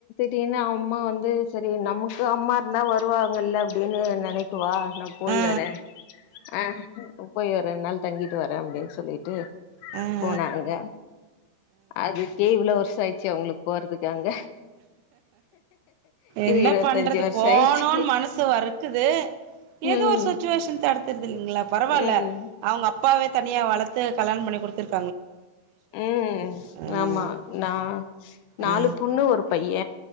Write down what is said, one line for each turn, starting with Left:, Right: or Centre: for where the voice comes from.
Left: அப்டின்னா அம்மா வந்து செரி நமக்கு அம்மா இருந்தா வருவாங்கல்ல அப்டின்னு நெனைக்குவா நா போய்
Right: ஆ
Left: வரே ஆ போய் ஒர் ரெண்நாள் தங்கிட்டு வரே அப்டின்னு சொல்லிட்டு
Right: அ
Left: போனாங்க அதுக்கே இவ்வளோ வருஷோ அயிருச்சி அவங்களுக்கு போறத்துக் அங்க
Right: என்ன
Left: இருவத்தஞ்சு
Right: பண்றது
Left: வருஷோ
Right: போனோன்னு
Left: ஆயிடுச்சு
Right: மனசு வறுக்குது ஏதோ
Left: ம்
Right: ஒரு சுச்சுவேஷன் தடுத்ருது இல்லங்களா பரவாயில்ல
Left: ம்
Right: அவங்க அப்பாவே தனியா வளர்த்து கல்யாணம்பண்ணி குடுத்துறு
Left: உம்
Right: ஆ
Left: ஆமா நா நாலு
Right: ஆ
Left: புண்ணு ஒரு பைய